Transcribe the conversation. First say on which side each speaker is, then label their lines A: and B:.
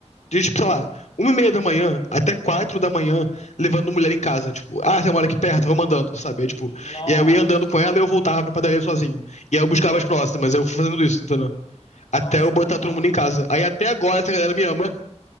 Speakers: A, on the left; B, on the left.
A: de tipo, sei lá, uma e meia da manhã até quatro da manhã, levando mulher em casa. Tipo, ah, tem uma mora aqui perto, vou mandando, sabe? Aí, tipo,
B: Nossa.
A: e aí eu ia andando com ela e eu voltava pra padaria sozinho. E aí eu buscava
B: Uhum.
A: as próximas, eu fui fazendo isso, entendeu? Até
B: Nossa,
A: eu botar
B: meu pai.
A: todo mundo em casa. Aí até agora essa galera me ama.